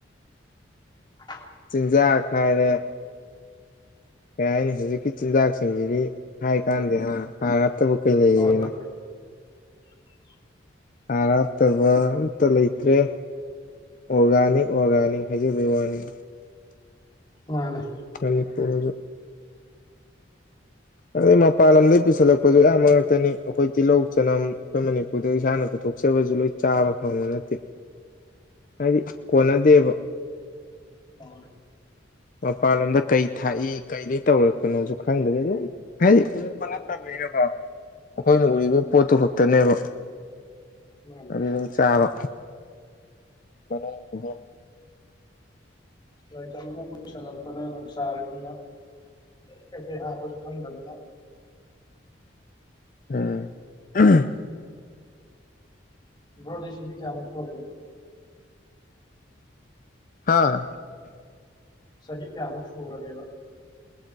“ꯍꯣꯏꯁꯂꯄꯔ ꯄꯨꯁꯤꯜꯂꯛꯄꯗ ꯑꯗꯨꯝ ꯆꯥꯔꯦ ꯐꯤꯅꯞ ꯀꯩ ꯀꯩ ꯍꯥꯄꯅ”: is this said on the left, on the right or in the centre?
Left